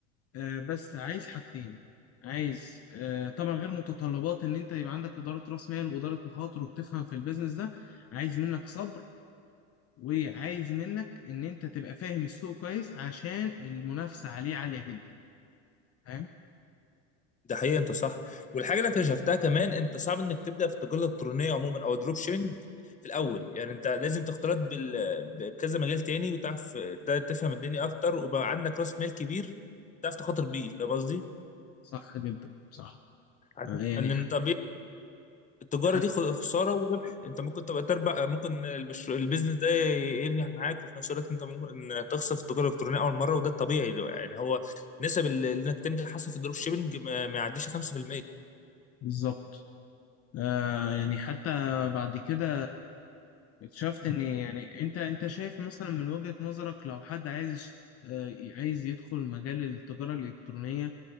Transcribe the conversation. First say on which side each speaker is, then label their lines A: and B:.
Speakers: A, on the left; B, on the left.
A: آه، بس عايز حاجتين عايز آه، طبعا غير متطلبات ان انت يبقى عندك اداره راس مال واداره مخاطر وبتفهم في البيزنس ده عايز منك صبر وعايز منك ان انت تبقى فاهم السوق كويس عشان المنافسه عليه عاليه جدا فاهم
B: ده حقيقي انت صح والحاجه اللي أنا اكتشفتها كمان انت صعب انك تبدا في التجاره الالكترونيه عموما او الدروب شيبنج في الاول يعني انت لازم تختلط بال... بكذا مجال تاني وتعرف ت- تفهم الدنيا اكتر ويبقى عندك راس مال كبير تعرف تخاطر بيه فاهم قصدي؟
A: صح جدا صح
B: عشان-
A: آه، يعني
B: لان طبيعي التجارة
A: حتى
B: دي خ- خسارة وربح انت ممكن تبقى تربح ممكن المشروع البيزنس ده ينجح معاك وفي نفس الوقت انت ممكن تخسر في التجارة الإلكترونية أول مرة وده الطبيعي يعني هو نسب ال- انك تنجح حصل في الدروب شيبنج ما ما يعديش 5%
A: بالظبط آه يعني حتى بعد كده اكتشفت ان يعني انت انت شايف مثلا من وجهة نظرك لو حد عايز آه عايز يدخل مجال التجارة الإلكترونية